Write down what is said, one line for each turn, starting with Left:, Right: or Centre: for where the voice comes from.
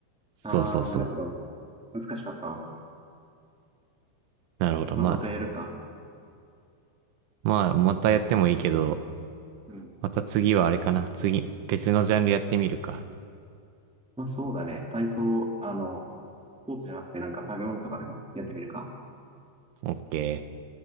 Right: そうそうそう。
Centre: ああ、なるほど。難しかった。
Right: なるほど。
Centre: まあ、
Right: まあ、
Centre: またやるか。
Right: まあ、またやってもいいけど、
Centre: うん。
Right: また次はあれかな。次、別のジャンルやってみるか。
Centre: まあ、そうだね。体操、あの、スポーツじゃなくてなんか食べ物とかでもやってみるか。
Right: オッケー。